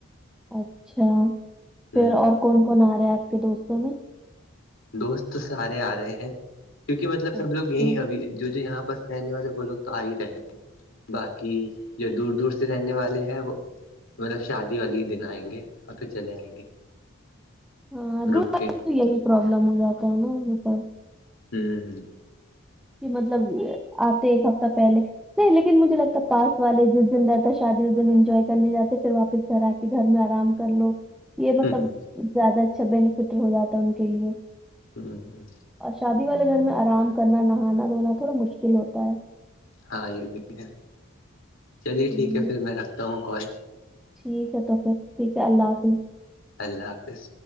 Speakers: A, in the centre; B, on the left (about 70°).
A: اچھا پھر
B: ہ
A: اور کون کون آ رہا ہے آپ کے دوستوں میں
B: دوست تو سارے آ رہے ہیں کیونکہ مطلب
A: اچھا
B: سب لوگ یہیں ابھی جو جو یہاں پر رہنے والے وہ لوگ تو آ ہی رہے ہیں باقی جو دور دور سے رہنے والے ہیں وہ مطلب شادی والے ہی دن آئیں گے اور پھر چلے آئیں گے
A: ہاں دو
B: رک کے
A: میں تو یہی پروابلم ہو جاتا ہے نا مطلب
B: ہوں ہ
A: کہ مطلب آتے ہے ایک ہفتہ پہلے نہیں لیکن مجھے لگتا پس والے جس دن رہتا شادی اس دن انجوائے کرنے جاتے پھر واپس گھر آ کے کہ گھر میں آرام کر لو یہ مطلب
B: ہ
A: زیادہ اچھا بینیفٹ ہو جاتا ہے ان کے لیے
B: ہمم
A: اور شادی والے گھر میں آرام کرنا نہانا دھونا تھوڑا مشکل ہوتا ہے
B: ہاں یہ بھی ہے چلیے
A: ہوں،
B: ٹھیک ہے پھر میں رکھتا ہوں کال
A: ٹھیک ہے تو پھر ٹھیک ہے اللہ حافظ
B: اللہ حافظ